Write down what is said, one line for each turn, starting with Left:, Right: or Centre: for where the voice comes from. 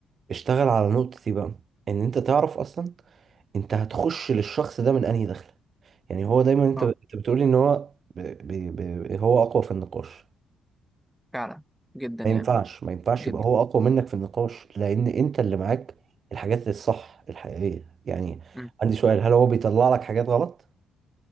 Right: اشتغل على نقطة دي بقى ان انت تعرف اصلا انت هتخش للشخص ده من انهي دخلة يعني هو دايما انت
Centre: اه
Right: انت بتقولي ان هو ب... ب... ب... هو اقوى في النقاش
Centre: فعلا جدا
Right: ما
Centre: يعني
Right: ينفعش ما ينفعش
Centre: جدا
Right: يبقى هو اقوى منك في النقاش لان انت اللي معاك الحاجات الصح الحقيقية يعني
Centre: مم.
Right: عندي سؤال هل هو بيطلع لك حاجات غلط